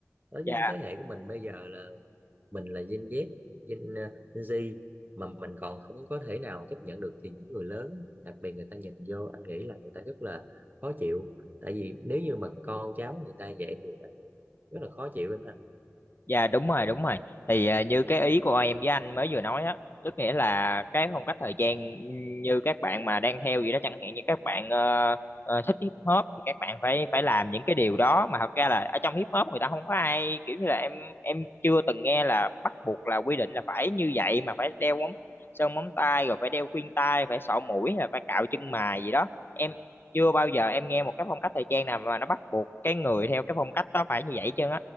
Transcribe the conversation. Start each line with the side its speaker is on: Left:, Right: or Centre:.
Right: ở
Left: Dạ.
Right: với thế hệ của mình bây giờ là mình là Gen Z Gen ờ, Gen Z mà mình còn không có thể nào chấp nhận được thì những người lớn đặc biệt người ta nhìn vô anh nghĩ là người ta rất là khó chịu tại vì nếu như mà con cháu người ta vậy thì anh nghĩ rất là khó chịu em ha
Left: Dạ đúng rồi đúng rồi thì à, như cái ý của em với anh mới vừa nói á tức nghĩa là cái phong cách thời trang như các bạn mà đang theo gì đó chẳng hạn như các bạn ờ, ờ, thích hip hop thì các bạn phải phải làm những cái điều đó mà thật ra là ở trong hip hop người ta không có ai kiểu như là em em chưa từng nghe là bắt buộc là quy định là phải như vậy mà phải đeo móng sơn móng tay rồi phải đeo khuyên tai phải sọ mũi là phải cạo chân mày gì đó em chưa bao giờ em nghe một cái phong cách thời trang nào mà nó bắt buộc cái người theo cái phong cách đó phải như vậy chứ